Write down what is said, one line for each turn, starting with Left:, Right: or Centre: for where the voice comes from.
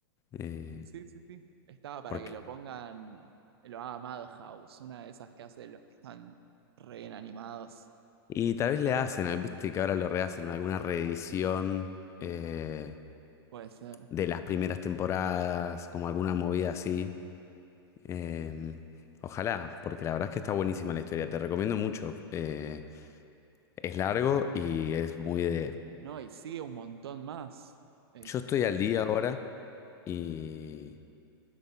Left: eh,
Right: Sí, sí, sí. Estaba para
Left: porque...
Right: que lo pongan, lo haga Madhouse, una de esas que hace los que están re bien animados,
Left: Y tal vez le
Right: bien
Left: hacen,
Right: alta.
Left: ah, viste que ahora lo rehacen, alguna reedición eh,
Right: Puede ser.
Left: de las primeras temporadas, como alguna movida así. Em, ojalá, porque la verdad es que está buenísima la historia. Te recomiendo mucho. Eh, es largo y es muy de
Right: No, y sigue un montón más. Este,
Left: Yo estoy al día ahora y,